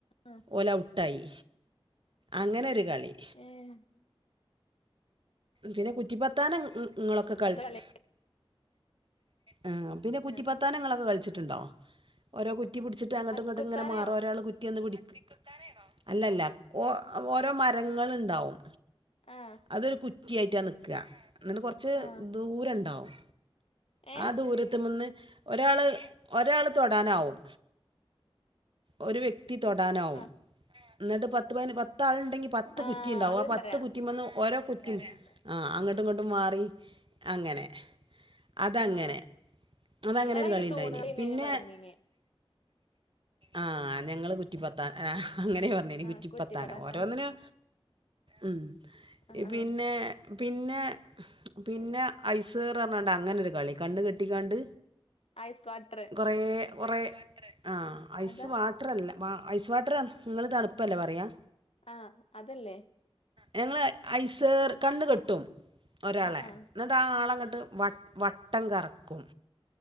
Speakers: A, on the left; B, on the right.
A: ആഹ്.
B: ഓല് ഔട്ടായി അങ്ങനെ ഒരു കളി.
A: ഏഹ്.
B: പിന്നെ കുറ്റിപ്പത്താനം ഇങ്ങളൊക്കെ കളിച്ച്
A: കളി
B: ആ പിന്നെ കുറ്റിപ്പത്താനങ്ങളൊക്കെ
A: ആ
B: കളിച്ചിട്ടുണ്ടോ? ഓരോ കുറ്റി പിടിച്ചിട്ട് അങ്ങട്ടും
A: അത്തിക്കുത്താനയോ
B: ഇങ്ങട്ടും ഇങ്ങനെ മാറും ഒരാള് കുറ്റിന്ന് പിടിക്കും അല്ല അല്ല ഓ ഓരോ മരങ്ങള് ഇണ്ടാവും
A: ആ
B: അതൊരു കു റ്റി ആയിറ്റാ നിക്ക എന്നിട്ട് കുറച്ച്
A: ആ
B: ദൂരം ഇണ്ടാവും
A: ഏ
B: അത് ഒരുത്തൻ വന്ന് ഒരാള് ഒരാള് തൊടാനാവും. ഒരു വ്യക്തി തൊടാനാവും.
A: ആ
B: എന്നിട്ട് പത്ത് പയിന് പത്താളുണ്ടെങ്കി പത്ത്
A: ആ
B: കുറ്റി ഇണ്ടാവും
A: അതെനിക്കറിയാം
B: ആ പത്ത് കുറ്റീമന്നും ഓരോ കുറ്റിയും
A: ആ
B: ആഹ് അങ്ങട്ടും ഇങ്ങട്ടും മാറി അങ്ങനെ അതങ്ങനെ
A: ആ
B: അതങ്ങനെ
A: ഞങ്ങളതിന്
B: ഒരു കളി ഇണ്ടായിനി
A: തൂണ് കളിന്നേന്
B: പിന്നെ
A: പറഞ്ഞീന്
B: ആഹ് ഞങ്ങള് കുറ്റിപ്പത്താ അങ്ങനെ പർ ന്നിന്
A: ആ
B: കുറ്റിപ്പത്താനം
A: കുറ്റി പറാൻ
B: ഓരോന്നിനും
A: ആ
B: ഉം
A: ആ ആ
B: പിന്നെ പിന്നെ പിന്നെ ഐസേർ പറഞ്ഞാണ്ട് അങ്ങനൊരു കളി കണ്ണ് കെട്ടിക്കാണ്ട്
A: ഐസ് വാട്ട്റ്.
B: കൊറേ കൊറേ ആഹ് ഐസ്
A: അതാ
B: വാ ട്ട്റല്ല വാ ഐസ് വാട്ട്റ് നിങ്ങള് തണുപ്പല്ലേ പറയാ.
A: ആഹ് അതല്ലേ?
B: ഞങ്ങള് ഐസ്ർ കണ്ണ് കെട്ടും ഒരാളെ
A: ആ ആ
B: എന്നിട്ട് ആ ആള് അങ്ങട്ട് വട്ട് വട്ടം കറക്കും.